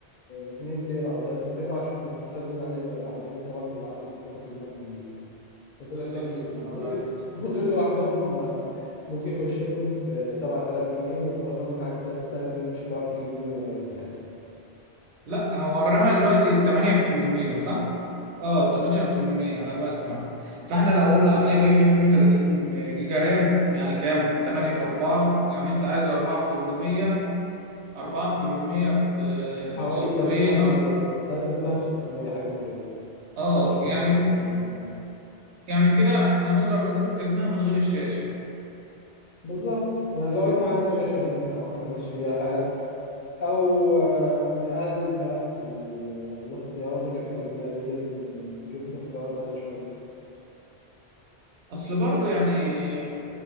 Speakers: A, on the left (about 55°); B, on the right (about 85°).
A: 2 تيرا او 3 تيرا عشان تخزن عليه الالعاب لان طبعا الالعاب هتكون حجمها كبير فانت
B: بالظبط
A: هتحتاج الاثنين
B: الله ينور
A: ودول
B: عليك
A: ودول لوحدهم آه، ممكن يخش لهم في 7000 جنيه ويبقى فاضل معاك 3000 جنيه مش هتعرف تجيب بيهم رامات يعني
B: لا هو الرمى دلوقتي 8 ب 800 صح؟ اه 8 ب 800 على ما اسمع فاحنا لو قلنا عايز اجيب 32 جيجا رام يعني كام؟ 8 في 4 يعني انت عايز 4 في 800 4 في 800 ب
A: حوالي
B: صفرين
A: 3000
B: أرب-
A: و 3600 حاجه زي كده
B: اه
A: 16
B: يعني
A: و 16
B: يعني كده احنا نقدر نجيب التجميع من غير الشاشة
A: بالظبط لو انت عندك شاشة قديمة او حاجة ماشي بيها حالك او آه، نقلل بقى في ال- الاختيارات اللي احنا جبناها ديت ونجيب اختيارات اقل شوية
B: اصل برضه يعني